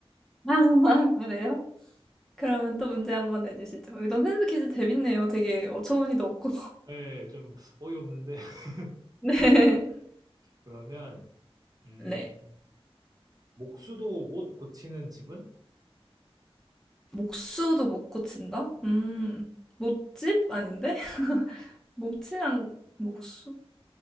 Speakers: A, in the centre; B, on the right.
A: <laughs> 아, 그래요?
B: <laughs>
A: 그러면 또 문제 한번 내주시죠. 이런 센스 퀴즈 재밌네요. 되게 어처구니도 없고.
B: 예, 좀 어이없는데 <laughs>
A: <laughs> 네.
B: 그러면 음,
A: 네.
B: 목수도 못 고치는 집은?
A: 목수도 못 고친다? 음, 못집? 아닌데? <laughs> 못이랑 목수?